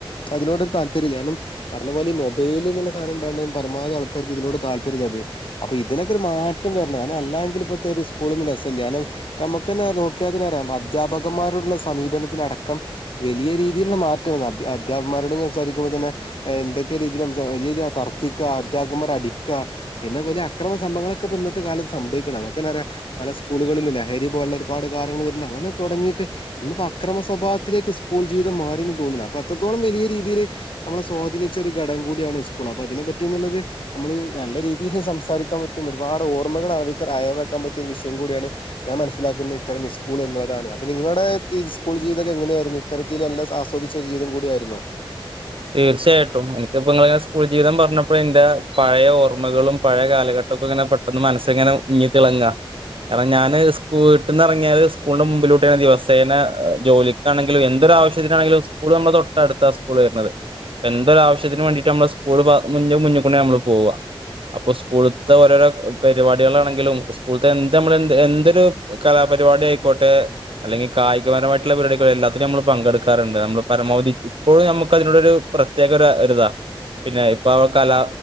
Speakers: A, on the left; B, on the right.
A: അതിനോട് ഒരു താല്പര്യമില്ല കാരണം പറഞ്ഞ പോലെ ഈ മൊബൈൽ എന്നുള്ള സാദനം പരമാവധി ആൾക്കാർക്ക് ഇതിനോട് താല്പര്യം ചെയ്ത് അപ്പൊ ഇതിനൊക്കെ ഒരു മാറ്റം വരണം അ അല്ലെങ്കിൽ ഇപ്പത്തെ ഒരു സ്കൂളോന്നും രസല്ല്യ കാരണം ഇപ്പ നമുക്ക്ന്നെ നോക്കിയ തന്നെ അറിയാം അധ്യാപകന്മാരോടുള്ള സമീപനത്തില് അടക്കം വലിയ രീതിയിലുള്ള മാറ്റം അധ്യാപകന്മാരോടും സംസാരിക്കുമ്പോ തന്നെ എന്തൊക്കെ രീതിയിൽ സംസാരിക്കുന്ന വലിയതി തർക്ക ക്കുക അധ്യാപകന്മാരെ അടിക്കുക പിന്നെ വലിയ അക്രമ സംഭങ്ങളൊക്കെ ഇപ്പ ഇന്നത്തെ കാലത്ത് സംഭവിക്കണം നമക്കന്നെ അറിയാ പല സ്കൂളുകളില് ലഹരി പോലുള്ള ഒരുപാട് കാര്യങ്ങൾ വരുന്നുണ്ട് അങ്ങനെ തുടങ്ങിയിട്ട് ഇന്നിപ്പോ അക്രമ സ്വഭാവത്തിലേക്ക് സ്കൂൾ ജീവിതം മാറിന്ന് തോന്നുന്നില്ല അപ്പോ അത്രത്തോളം വലിയ രീതിയിൽ നമ്മളെ സ്വാധീനിച്ച ഒരു ഘടകം കൂടിയാണ് ഈ സ്കൂൾ അപ്പോ അതിനെ പറ്റിന്നിള്ളത് നമ്മള് നല്ല രീതിയിൽ സംസാരിക്കാൻ പറ്റും ഒരുപാട് ഓർമ്മകൾ അയവിറക്കാൻ പറ്റും രു വിഷയം കൂടിയാണ് ഞാൻ മനസിലാക്കുന്ന ഇത്തരം ഇ സ്കൂൾ എന്നതാണ് അപ്പൊ നിങ്ങളുടെ സ്കൂൾ ജീവിതംക്കെ എങ്ങനെയായിരുന്നു ഇത്തരത്തിൽ എല്ലാ ആസ്വദിച്ച ജീവിതം കൂടിയായിരുന്നോ
B: തീർച്ചയായിട്ടും എനിക്കിപ്പോ നിങ്ങള് സ്കൂൾ ജീവിതം പറഞ്ഞപ്പോഴെ എൻറെ പഴയ ഓർമ്മകളും പഴയ കാലഘട്ടം അപ്പ ഇങ്ങനെ പെട്ടന്ന് മനസിങ്ങനെ മിന്നി തിളങ്ങുക കാരണം ഞാന് വീടന്ന് ഇറങ്ങിയാല് സ്കൂളിന്റെ മുമ്പിലൂടെയാ ദിവസേന ജോലിക്കാണെങ്കിലും എന്ത് എന്ത് ആവശ്യത്തിനാണെങ്കിലും സ്കൂൾ നമ്മുടെ തൊട്ടടുത്താ സ്കൂൾ വരുന്നത് എന്തൊരു ആവശ്യത്തിന് വേണ്ടിട്ട് നമ്മള് സ്കൂള് മുന്നികൂടിയ നമ്മള് പോവുക അപ്പൊ സ്കൂളത്തെ ഓരോരോ പരിപാടികളാണെങ്കിലും സ്കൂളത്തെ എന്ത് നമ്മള് എന്തൊരു കലാ പരിപാടി ആയിക്കോട്ടെ അല്ലെങ്കിൽ കായികപരമായിട്ടുള്ള പരിപാടിയായിക്കോട്ടെ എല്ലാത്തിനും നമ്മ പങ്കെടുക്കാറുണ്ട് നമ്മള് പരമാവധി ഇപ്പോഴും നമുക്കതിനു പ്രത്യേക ഒരു ഒരിത പിന്നെ ഇപ്പൊ കലാ